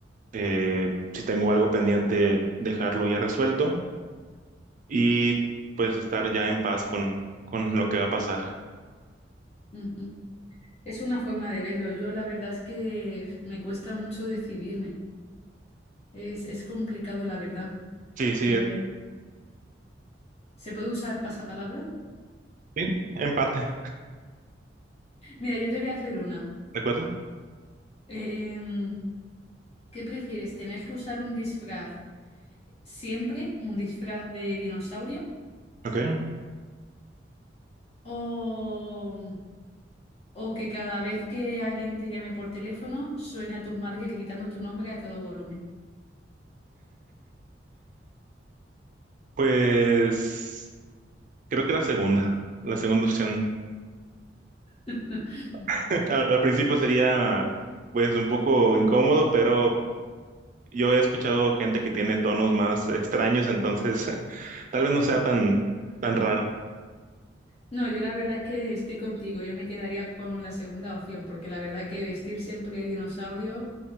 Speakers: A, on the right; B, on the left.
A: eh, si tengo algo pendiente, dejarlo ya resuelto y pues estar ya en paz con, con lo que va a pasar.
B: Ujú. Es una forma de verlo. Yo la verdad es que me cuesta mucho decidirme. Es, es complicado, la verdad.
A: Sí, sí,
B: Eh, ¿se puede usar pasapalabra?
A: sí, empate, ¿de
B: Mira, yo te voy a hacer una.
A: acuerdo?
B: Em, ¿qué prefieres? ¿Tener que usar un disfraz siempre, un disfraz de dinosaurio?
A: Ok,
B: O, o que cada vez que alguien te llame por teléfono suene a tu madre gritando tu nombre a todo volumen.
A: pues creo que la segunda, la segunda opción.
B: <laughs>
A: <laughs> Al, al principio sería pues un poco incómodo, pero yo he escuchado gente que tiene tonos más extraños, entonces <laughs> tal vez no sea tan tan raro.
B: No, yo la verdad es que estoy contigo. Yo me quedaría con la segunda opción, porque la verdad que vestir siempre de dinosaurio,